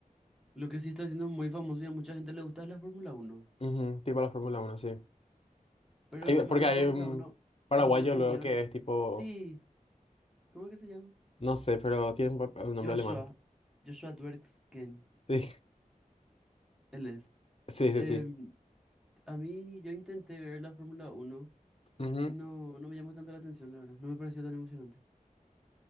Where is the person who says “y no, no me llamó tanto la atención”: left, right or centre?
Centre